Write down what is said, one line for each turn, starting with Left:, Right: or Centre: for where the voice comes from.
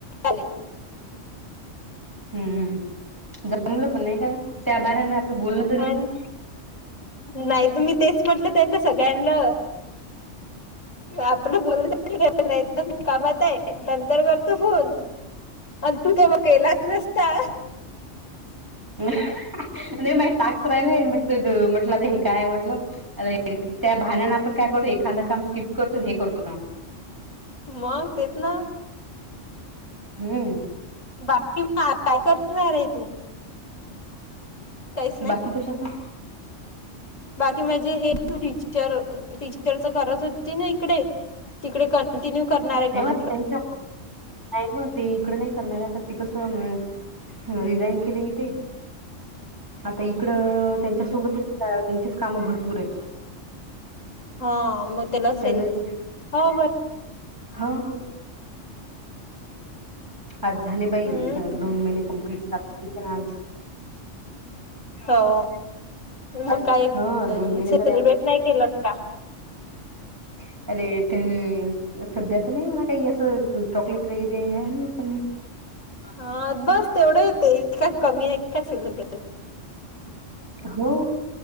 Left: ले. <unintelligible>
Right: हम् जमलं पण नाही का त्या बाऱने आपले बोलण.
Left: आणि नाही तर मी तेच म्हटलं त्यां ना सगळ्यांना. आपलं बोल नाही तर मी कामात आहे. नंतर करतो फोन आणि तू तर मग केलाच नसता.
Right: ह. नाही मा टाकस राहिल म्हटलं आता हे काय म्हटलं त्या भाण्यान आपण काय. यतो एखाद काम स्किप करतो हे करतो काम.
Left: मग तेतना.
Right: हम्म.
Left: बापती म काय करणार आहे तू काहीच नाही
Right: बाकी कश्याच.
Left: बाकी म्हणजे हे तू टीचर टीचरच करत होती ना इकडे तिकडे कंटिन्यू करणार आहे
Right: नाही
Left: का म्हटलं
Right: म त्यांच्या नाही म ते इकड नाही करणार आता ते कसं मं ह रिझाईन केले मी ते आता इकड त्यांच्या सोबतच त्यां त्यांचीच काम भरपूर आहेत
Left: हा मग त्यालाच
Right: त्यांना
Left: हेल्प हो
Right: हा हूं! आज झाले
Left: बरं
Right: बाई दोन महिने कम्प्लीटात आज. <unintelligible>
Left: हो! मग
Right: आज
Left: काय
Right: हा
Left: सेलेब्रेट
Right: दोन महिने झाले आज
Left: नाही केलं का?
Right: <inaudible> अरे त्यानं सध्या तर नाही म्हणा काही असं चॉकलेट वगैरे आहे ना त्यांनी
Left: हा बस तेवढं येत काय कमी आहे काय सिलेब्रेस.
Right: हो